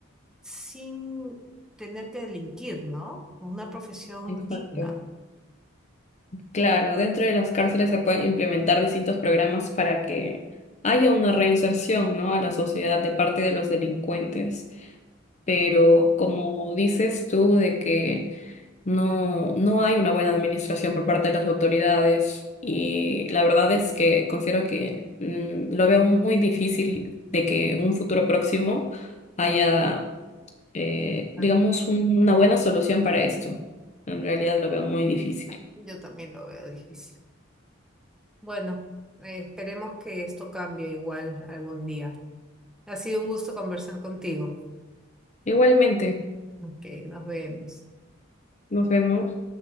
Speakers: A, in the centre; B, on the left.
A: sin tener que delinquir, ¿no? Con Una profesión
B: Exacto.
A: digna.
B: Claro, dentro de las cárceles se pueden implementar distintos programas para que haya una reinserción, ¿no? a la sociedad de parte de los delincuentes. Pero como dices tú, de que no, no hay una buena administración por parte de las autoridades y la verdad es que considero que mm, lo veo muy difícil de que en un futuro próximo haya, eh, digamos,
A: Algo
B: un- una buena solución para esto. En realidad
A: así.
B: lo veo muy difícil.
A: Yo también lo veo difícil. Bueno, eh, esperemos que esto cambie igual algún día. Ha sido un gusto conversar contigo.
B: Igualmente,
A: Ok, nos vemos.
B: nos vemos.